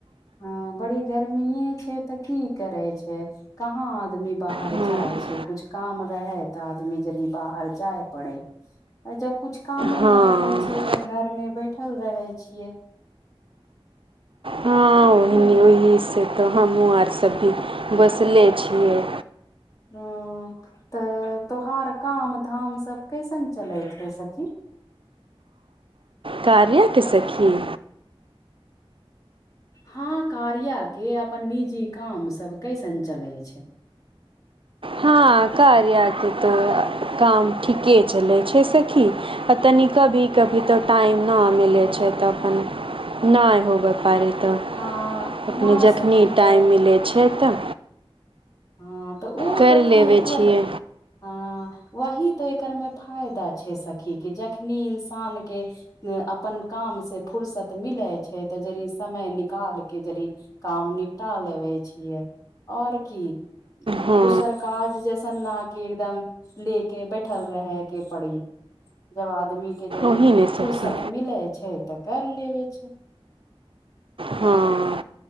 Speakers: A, on the left (about 40°); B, on the right (about 80°).
A: हाँ बड़ी गर्मीये छैय तऽ कि करै छैय। कहाँ आदमी बाहर
B: हँ
A: जाइ छैय। कुछ काम रहेय तऽ आदमी जड़ी बाहर जाय पड़े आ जब कुछ कामे
B: हँ
A: न रहे छै तऽ घर मे बैठल रहय छियै।
B: <inaudible> हॅं
A: हूं
B: ई से तऽ हमहूँ आर सब भी बैसले छियै।
A: हॅं तऽ, तोहार काम धाम सब कैसन चलै छौ सखी।
B: कारया के सखी।
A: हाँ कार्या के अपन निजी काम सब कैसन चलय छैय?
B: हॅं कार्या के तऽ काम ठीके चलै छैय सखी आ तनी। कभी कभी तऽ टाइम ना मिलै छै तऽ अपन‌ नै होबय पड़ै तऽ
A: हँ
B: अपने
A: न
B: जखनी
A: सखी तऽ
B: टाइम मिलै छैय तऽ
A: हॅं तऽ ओ
B: करि
A: तऽ ठीक
B: लेबै
A: ओ वही
B: छियै
A: हँ, वही तऽ एकर मे फायदा छैय सखी कि जखनी इंसान के अपन काम से फुर्सत मिलै छैय तऽ जड़ि समय निकालि के जड़ि काम निपटा लेबै छियै और की।
B: हँ
A: दोसर काज जैसन ना कि एकदम ले के बैठल रहय के पड़ी जब आदमी के जड़ी
B: ओही ने
A: फुर्सत
B: सखी
A: मिलय छै तऽ कर लेबय छैय।
B: हॅं,